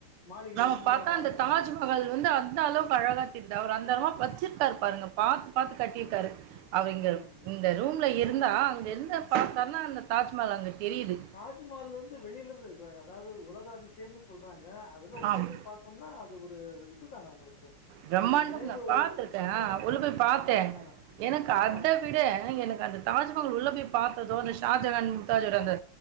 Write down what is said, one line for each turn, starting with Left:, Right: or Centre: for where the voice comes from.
Left: மாளிகையிலருந்து
Right: நம்ம பாத்தா அந்த தாஜ்மஹால்
Left: ஆ
Right: வந்து அந்த அளவுக்கு அழகா தெரிது அவர் அந்த அள வச்சிர்காரு பாருங்க பாத்து பாத்து கட்டிருக்காரு அவிங்கள்
Left: ம், ம்.
Right: இந்த ரூம்ல இருந்தா அங்க என்ன பாத்தார்னா அந்த தாஜ்மஹால் அங்க தெரியுது.
Left: தாஜ்மஹாலருந்து வெளியிலந்து அதாவது உலக அதிசயம்னு சொல்றாங் க அதுல உள்ள
Right: ஆம்.
Left: போய் பாத்தம்னா அது ஒரு இது தான உங்களுக்கு
Right: பிரம்மாண்டம்
Left: ஒரு நினைவு
Right: தான் பார்த்துருக்கேன்
Left: சமா
Right: உள்ள போய்
Left: அ
Right: பார்த்தேன்
Left: சமாதி தான
Right: எனக்கு அத
Left: ஆ,
Right: விட எனக்கு அந்த தாஜ்மஹால் உள்ள போய் பாக்க தோனிச் ஷாஜகான் முக்தாஜ விட அந்த